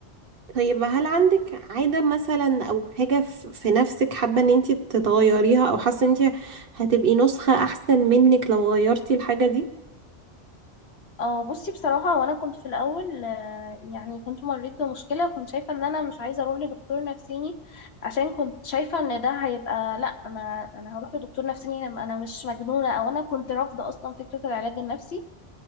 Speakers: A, on the right; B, on the left.
A: طيب هل عندك عادة مثلا أو حاجة ف- في نفسك حابة إن انتي تتغيريها أو حاسة إن انتي هتبقي نسخة أحسن منك لو غيرتي الحاجة دي؟
B: اه بصي بصراحة وانا كنت في الاول آه، يعني كنت مريت بمشكلة وكنت شايفة ان انا مش عايزة اروح لدكتور نفسيني عشان كنت شايفة ان ده هيبقى لا انا انا هروح لدكتور نفسيني انا أنا مش مجنونة او انا كنت رافضة اصلا فكرة العلاج النفسي